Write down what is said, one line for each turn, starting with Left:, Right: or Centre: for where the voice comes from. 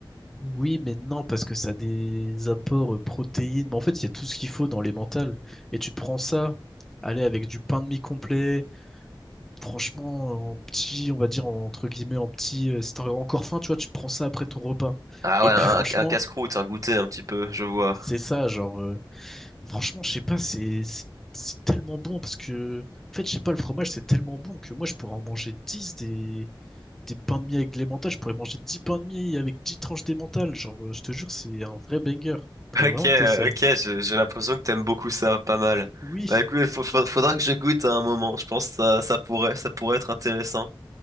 Centre: Oui, mais non, parce que ça a des apports euh, protéines. Mais en fait, il y a tout ce qu'il faut dans les mentales. Et tu te prends ça, allez, avec du pain de mie complet, franchement, en petit, on va dire, en- entre guillemets, en petit, euh, si t'as encore faim, tu vois, tu te prends ça après ton repas.
Right: Ah
Centre: Et
Right: ouais,
Centre: puis, franchement,
Right: un, un casse-croûte, un goûter un petit peu, je vois.
Centre: c'est ça, genre, euh, franchement, je sais pas, c'est, c'est c'est tellement bon parce que, en fait, je sais pas, le fromage, c'est tellement bon que moi, je pourrais en manger 10 des, des pains de mie avec de l'emmental, je pourrais manger 10 pains de mie avec 10 tranches d'emmental. Genre, euh, je te jure, c'est un vrai banger.
Right: <laughs>
Centre: Faudrait
Right: Ok,
Centre: vraiment
Right: euh,
Centre: que t'essayes.
Right: ok, je- j'ai l'impression que t'aimes beaucoup ça, pas mal.
Centre: Oui.
Right: Bah écoute, il faudra que je goûte à un moment. Je pense que ça, ça pourrait, ça pourrait être intéressant.